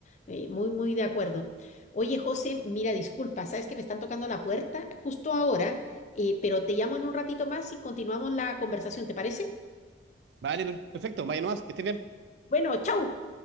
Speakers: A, on the left; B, on the right.
A: Eh, muy, muy de acuerdo. Oye, José, mira, disculpa, sabes que me están tocando la puerta justo ahora, eh, pero te llamo en un ratito más y continuamos la conversación, ¿te parece?
B: Vale, per- perfecto, vaya nomás, que estés bien.
A: Bueno, chau.